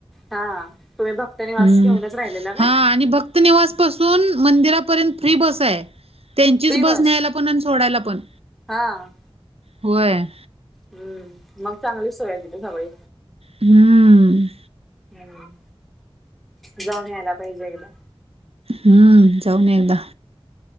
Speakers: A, in the centre; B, on the right (about 80°).
A: हा तुम्ही भक्त निवास
B: हम्म
A: घेऊनच राहिलेला काय?
B: हा आणि भक्त निवास पासून मंदिरापर्यंत फ्री बस आहे त्यांचीच
A: दिवस
B: बस न्यायला पण सोडायला पण.
A: हा.
B: व्हय.
A: हम्म मग चांगली सोय तिथे सगळी.
B: हम्म.
A: हम्म जाऊन यायला पाहिजे एकदा.
B: हम्म जाऊन या एकदा.